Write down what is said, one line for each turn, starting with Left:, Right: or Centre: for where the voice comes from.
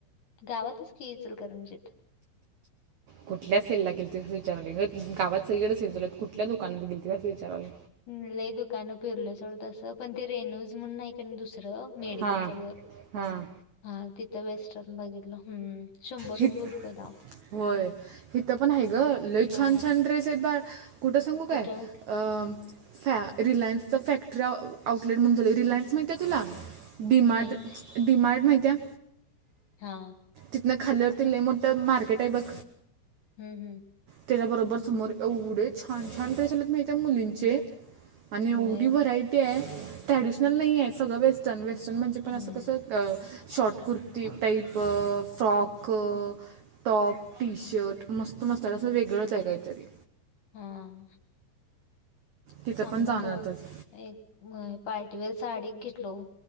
Left: गावातच की इचलकरंजीत.
Right: कुठल्या सेलला गेलतीस असं विचारायलोय गं. गावात सगळीकडे सेल चालू आहेत, कुठल्या दुकानात गेलतीस असं विचारायलोय.
Left: हम्म लय दुकानं फिरलो सोडं तसं, पण ते रेणुज म्हणून हाय का नाही दुसरं मेडिकलच्या
Right: हां
Left: वर,
Right: हां
Left: हा तिथं वेस्टर्न बघितलं हम्म. शंभर
Right: हित
Left: शंभर रुपयला.
Right: होय हिथ पण हाय ग, लय
Left: हा
Right: छान छान ड्रेस आहेत बाई, कुठं सांगू
Left: कुठं
Right: काय? अ फॅ रिलायन्सच फॅक्टरी आउटलेट म्हणजे रिलायन्स माहिती हाय तुला? डीमार्ट
Left: नाही
Right: डीमार्ट माहिती आहे?
Left: हा.
Right: तिथनं खाली आल्यावरती लय मोठं मार्केट आहे बघ
Left: हम्म हम्म.
Right: त्याच्या बरोबर समोर. एवढे छान छान ड्रेस आलेत माहित आहे मुलींचे आणि एवढी
Left: होय
Right: व्हरायटी आहे. ट्रॅडिशनल नाहीये सगळं वेस्टर्न. वेस्टर्न म्हणजे पण
Left: हम्म
Right: असं कसं अ शॉट कुर्ती टाईप अ फ्रॉक, टॉप, टी शर्ट मस्त मस्त आहे असं वेगळंच आहे काहीतरी.
Left: हम्म.
Right: तिथं
Left: आम्ही
Right: जाणारच
Left: पण तेव्हा एक म पार्टी वेअर साडी एक घेतलो.